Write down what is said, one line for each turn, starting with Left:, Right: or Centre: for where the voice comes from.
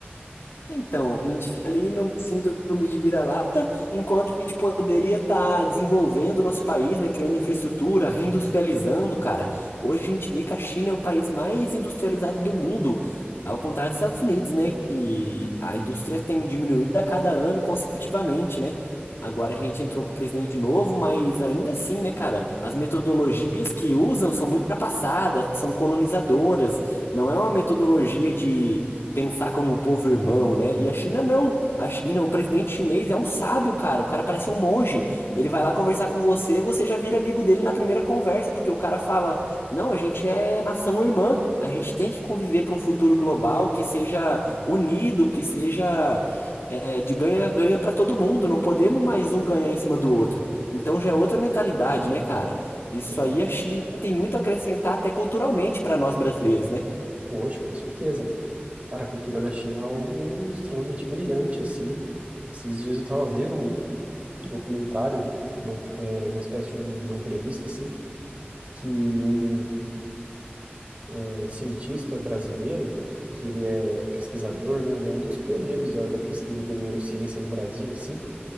Left: Então, a gente fica ali numa síndrome de vira-lata, enquanto a gente poderia estar desenvolvendo o nosso país, né, criando infraestrutura, reindustrializando, cara. Hoje a gente vê que a China é o país mais industrializado do mundo, ao contrário dos Estados Unidos, né, que a indústria tem diminuído a cada ano consecutivamente, né? Agora a gente entrou com o presidente novo, mas ainda assim, né, cara, as metodologias que usam são muito ultrapassadas, são colonizadoras, não é uma metodologia de pensar como um povo irmão, né? E a China não. A China, o presidente chinês é um sábio, cara. O cara parece um monge. Ele vai lá conversar com você, você já vira amigo dele na primeira conversa, porque o cara fala: "Não, a gente é nação irmã. A gente tem que conviver para um futuro global que seja
Right: Hum,
Left: unido, que seja é, de ganha-ganha para todo mundo. Não podemos mais um ganhar em cima do outro. Então já é outra mentalidade, né, cara? Isso
Right: Exato.
Left: aí a China tem muito a acrescentar até culturalmente para nós brasileiros, né?
Right: Poxa, com certeza. Cara, a cultura da China é algo extremamente brilhante, assim. Esses dias eu tava vendo um documentário, uma, é, uma espécie de um- uma entrevista, assim, que um neurocientista brasileiro, que ele é pesquisador, né? Ele é um dos pioneiros da, da pesquisa da neurociência no Brasil, assim.